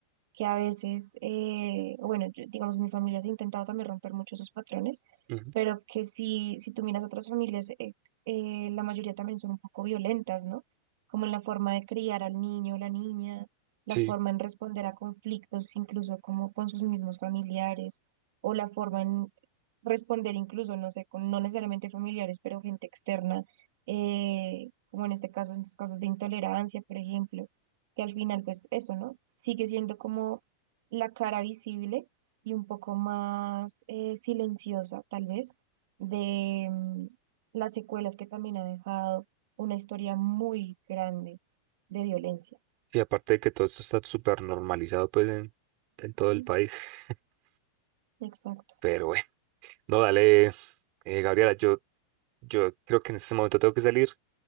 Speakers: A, on the right; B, on the right.
A: que a veces, eh, bueno, yo- digamos, en mi familia se ha intentado también romper muchos esos patrones,
B: ujú,
A: pero que si, si tú miras otras familias, eh, eh, la mayoría también son un poco violentas, ¿no? Como en la forma de criar al niño o la niña, la
B: sí,
A: forma en responder a conflictos, incluso como con sus mismos familiares, o la forma en responder incluso, no sé, con no necesariamente familiares, pero gente externa, eh, como en este caso, en estos casos de intolerancia, por ejemplo que al final, pues eso, ¿no? Sigue siendo como la cara visible y un poco más eh, silenciosa, tal vez, de mm, las secuelas que también ha dejado una historia muy grande de violencia.
B: y aparte de que todo esto está súper normalizado, pues, en, en todo
A: Ujú.
B: el país, <laughs>
A: Exacto.
B: pero bueno, no, dale, eh, Gabriela, yo, yo creo que en este momento tengo que salir,